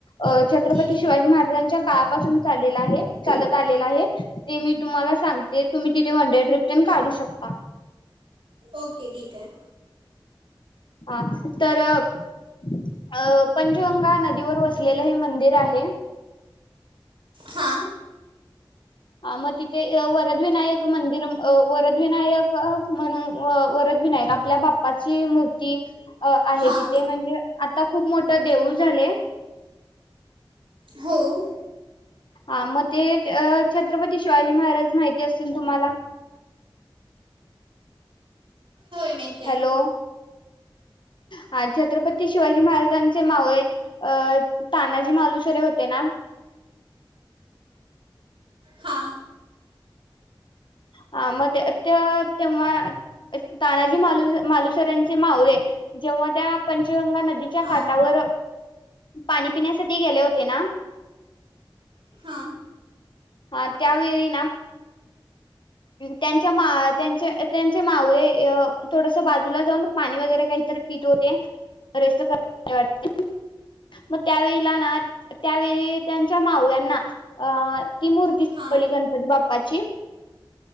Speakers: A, on the left; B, on the right.
A: अ छत्रपती
B: ठीक आहे
A: शिवाजी महाराजांच्या काळापासून चालला आहे चालत आलेला आहे ते मी तुम्हाला सांगते तुम्ही तिथे वनडे ट्रिप काढू शकता
B: ओके ठीक आहे
A: हा तर अ पंचगंगा नदीवर वसलेलं हे मंदर मंदिर आहे
B: हां
A: हा मग तिथे वरदविनायक मंदिर वरदविनायक म्हणून वरद विनायक आपल्या बाप्पाची मूर्ती अ आहे
B: हां
A: तिथे म्हणजे आता खूप मोठ तर देऊळ झाले.
B: हो -
A: आ मग ते अ छत्रपती शिवाजी महाराज माहिती असतील तुम्हाला
B: महितेय
A: हॅलो हा छत्रपती शिवाजी महाराजांचे मावळे अ तानाजी मालुसरे होते ना
B: हा
A: हा म ते तेव्हा तानाजी माल मालुसरांचे मावले जेव्हा त्या पंचगंगा नद च्या
B: हां
A: काटावर पाणी पिण्यासाठी गेले होते ना
B: हां हां
A: ह त्यावेळी ना त्यांच्या मा त्यांचे त्यांचे मावळे थोडस बाजूला जाऊन पाणी वगैरे काहीतरी पित होते रेस्ट <unintelligible> मग त्यावेळेला ना त्यावेळी त्यांच्या मावळ्यांना अ ती मूर्तीली
B: हां हां
A: <unintelligible> गणपती बाप्पाची